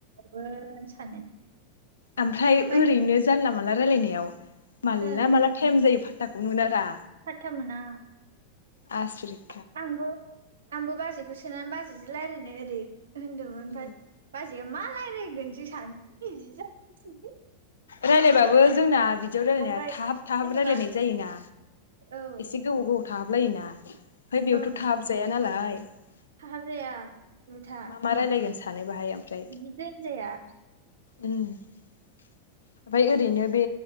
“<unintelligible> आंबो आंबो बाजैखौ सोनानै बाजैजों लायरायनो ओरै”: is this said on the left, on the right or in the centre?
Right